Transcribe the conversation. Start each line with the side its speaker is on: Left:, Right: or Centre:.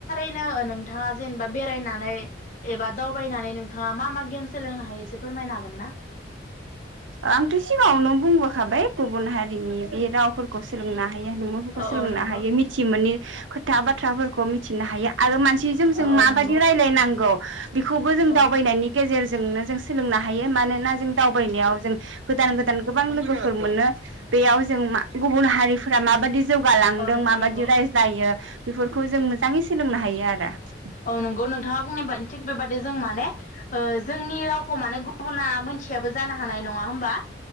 Left: बेनो नोंथाङा जेनेबा बेरायनानै एबा दावबायनानै नोंथाङा मा मा गियान सोलोंनो हायो एसे फोरमायनो हागोन ना?
Right: आंथ' सिगाङावनो बुंबोखाबाय गुबुन हारिनि बे रावफोरखौ सोलोंना हायो महफोरखौ
Left: औ
Right: सोलोंनो
Left: औ नंगौ
Right: हायो मिथिमोनि खो खोथा बाथ्राफोरखौ मिथिनो हायो आरो मानसि थिजों
Left: औ
Right: जों
Left: औ
Right: माबायदि
Left: नंगौ
Right: रायज्लायनांगौ बेखौबो जों
Left: औ
Right: दावबायनायनि गेजेरजों जोंनो जों सोलोंनो हायो मानोना जों दावबायनायाव जों गोदान गोदान गोबां लोगोफोर मोनो बेयाव जों मा गुबुन हारिफोरा माबायदि जौगालांदों
Left: औ नंगौ
Right: माबायदि
Left: नंगौ
Right: रायज्लायो बेफोरखौ जों मोजाङै सोलोंनो हायो बिदि आरो
Left: औ नंगौ नोंथाङा बुंनाय बादि थिग बेबादि जों माने ओ जोंनि रावखौ माने गुबुना मिथियाबो जानो हानाय नङा होमबा?